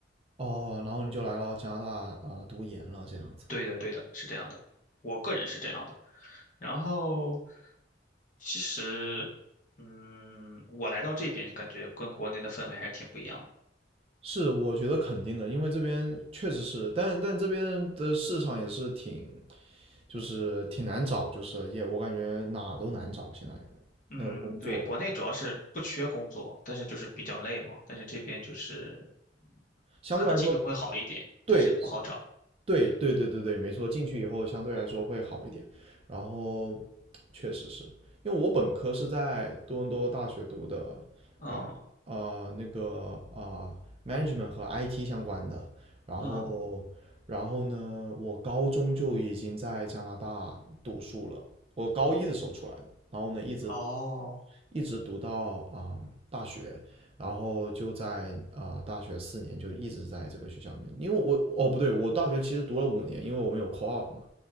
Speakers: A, on the right; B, on the left.
A: 哦，然后你就来到加拿大啊、呃读研了，这样子。
B: 对的，对的，是这样的，我个人是这样的。然后其实，嗯，我来到这边感觉跟国内的氛围还是挺不一样的。
A: 是，我觉得肯定的，因为这边确实是，但但这边的市场也是挺，就是挺难找，就是也我感觉哪都难找，现在
B: 嗯，
A: 那个工作
B: 对，国内主要是不缺工作，但是就是比较累嘛。但是这边就是
A: 相对来说，
B: 可能进去会好一点，
A: 对，
B: 但是不好找。
A: 对对对对对，没错，进去以后相对来说会好一点。然后确实是因为我本科是在多伦多大学读的，
B: 嗯
A: 啊、呃那个啊、management 和 IT 相关的。然后然后呢，
B: 嗯，
A: 我高中就已经在加拿大读书了，我高一的时候出来的，然后呢一直
B: 哦，
A: 一直读到啊、大学，然后就在啊、呃大学四年就一直在这个学校里面，因为我哦不对，我大学其实读了五年，因为我们有 co-op 嘛，